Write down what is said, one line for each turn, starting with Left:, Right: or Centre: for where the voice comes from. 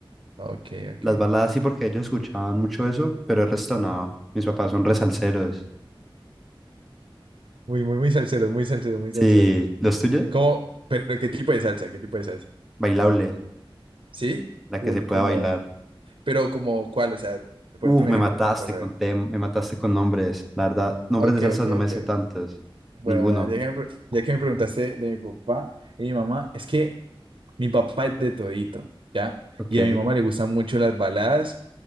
Right: Ok, ok.
Centre: las baladas sí porque ellos escuchaban mucho eso, pero el resto no. Mis papás son resalseros.
Right: Muy, muy, muy salsero, muy salsero, muy
Centre: Sí,
Right: salsero.
Centre: ¿los tuyos?
Right: ¿Cómo? Pero ¿qué tipo de salsa? ¿Qué tipo de salsa?
Centre: Bailable,
Right: ¿Sí?
Centre: la
Right: Full,
Centre: que se pueda
Right: como,
Centre: bailar.
Right: pero como, ¿cuál? O sea, ponete
Centre: Uf,
Right: un ejemplo
Centre: me mataste
Right: para saber.
Centre: con tem, me mataste con nombres, la verdad. Nombres
Right: Ok,
Centre: de salsas
Right: ok,
Centre: no me
Right: ok.
Centre: sé tantos,
Right: Bueno,
Centre: ninguno.
Right: bueno, ya que me, pre- ya que me preguntaste de mi papá y mi mamá, es que mi papá es de todito, ¿ya?
Centre: Ok,
Right: Y a mi mamá le gustan mucho las baladas